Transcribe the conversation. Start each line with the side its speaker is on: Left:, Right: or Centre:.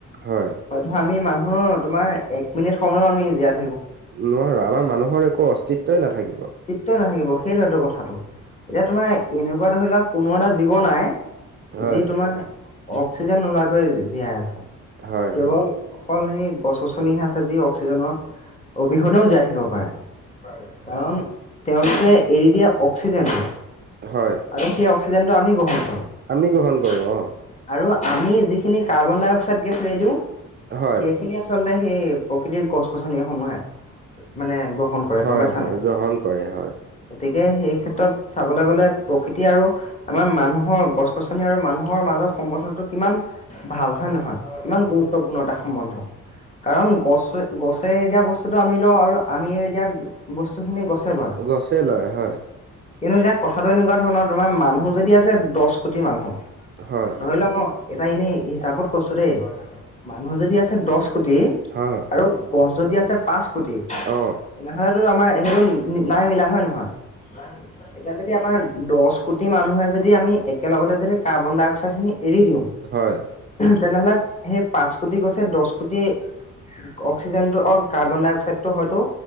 Right: হয়।
Left: <unintelligible> আমি মানুহ তোমাৰ এক মিনিট সময়ো আমি জীয়াই
Right: নোৱাৰো আমাৰ মানুহৰ একো অস্তিত্বই নাথাকিব।
Left: কিয় নাথাকিব সেইটোতো কথাটো, এতিয়া তোমাৰ এনেকুৱা ধৰি লোৱা কোনো এটা জীৱ নাই
Right: হয়
Left: যি তোমাৰ অক্সিজেন নোলোৱাকৈয় জীয়াই আছে
Right: হয়
Left: কেৱল
Right: হয়
Left: অকল সেই গছ গছনিহে আছে যি অক্সিজেনৰ অবিহনেও জীয়াই থাকিব পাৰে কাৰণ তেওঁলোকে এৰি দিয়া অক্সিজেনটো
Right: হয়
Left: আৰু সেই অক্সিজেনটো আমি গ্ৰহণ কৰোঁ।
Right: আমি গ্ৰহণ কৰো অ।
Left: আৰু আমি যিখিনি কাৰ্বন ডাই অক্সাইড গেছ এৰি দিওঁ
Right: হয়,
Left: সেইখিনি আচলতে সেই প্ৰকৃতিৰ গছ গছনি সমূহে মানে গ্ৰহণ কৰে
Right: হয়,
Left: গম পাইছা
Right: হয়,
Left: নাই
Right: গ্ৰহণ কৰে হয়,
Left: গতিকে সেই ক্ষেত্ৰত চাবলৈ গ'লে প্ৰকৃতি আৰু আমাৰ মানুহৰ গছ গছনি আৰু মানুহৰ মাজৰ সম্বন্ধটো কিমান ভাল হয় নহয় গুৰুতপূৰ্ণ এটা সম্বন্ধ কাৰণ গছে গছে দিয়া বস্তুটো আমি কিয় আৰু আমি এৰি দিয়া বস্তুখিনি গছে লয়
Right: গছে
Left: গছেই লয়
Right: হয়,
Left: কিন্তু এতিয়া কথাটো এনেকুৱা ধৰণৰ তোমাৰ মানুহ যদি আছে দছ কোটি মানুহ
Right: হয়, হয়,
Left: ধৰি লোৱা মই এটা এনেই হিচাপত কৈছো দেই হয় হয় মানুহ যদি আছে দছ কোটি
Right: হয়,
Left: আৰু গছ যদি আছে পাঁচ কোটি
Right: অ
Left: তেনেহ'লেতো আমাৰ সেইটো নাই মিলা হয় নহয় নাই মিলা এতিয়া যদি আমাৰ দছ কোটি মানুহে যদি আমি একেলগতে যদি কাৰ্বন ডাইঅক্সাইডখিনি এৰি দিওঁ
Right: হয়
Left: তেনেহ'লে সেই পাঁচ কোটি গছে দছ কোটি অক্সিজেনক কাৰ্বন ডাই অক্সাইডটো হয়তো